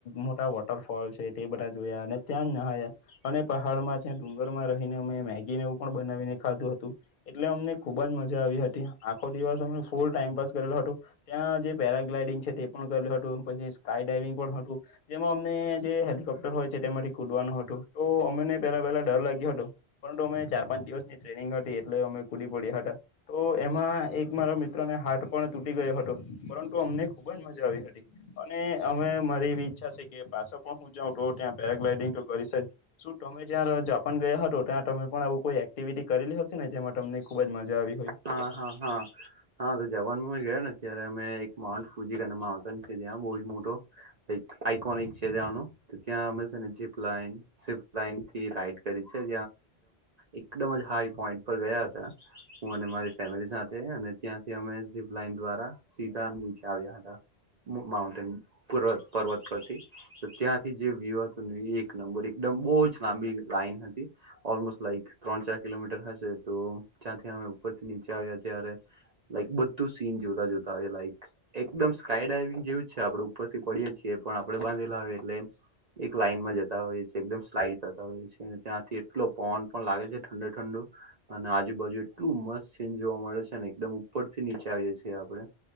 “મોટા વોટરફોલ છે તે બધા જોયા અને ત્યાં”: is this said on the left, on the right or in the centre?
Left